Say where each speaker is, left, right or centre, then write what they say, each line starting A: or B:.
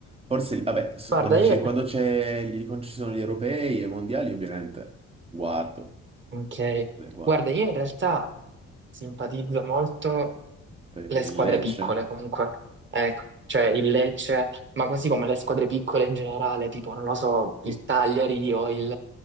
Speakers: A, on the right (about 20°); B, on the right (about 40°).
A: Forse, vabbè, s-
B: guarda,
A: quando
B: io...
A: ci- quando c'è gli- quando ci sono gli europei e i mondiali, ovviamente, guardo,
B: Ok.
A: le guardo.
B: Guarda, io in realtà simpatizzo molto
A: Per il
B: le squadre
A: Lecce?
B: piccole comunque. Ecco, cioè il Lecce, ma così come le squadre piccole in generale, tipo, non lo so, il
A: Sì.
B: Cagliari o il,